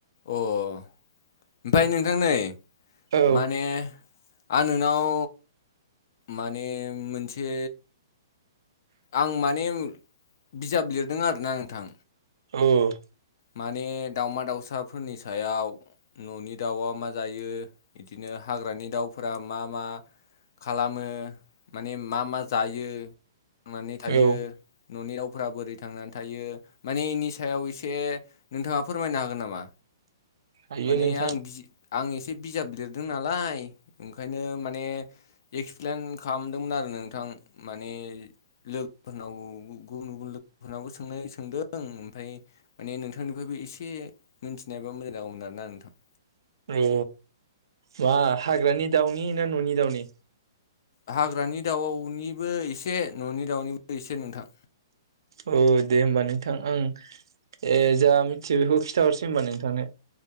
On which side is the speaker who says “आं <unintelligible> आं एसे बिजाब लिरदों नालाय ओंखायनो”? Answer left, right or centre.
Left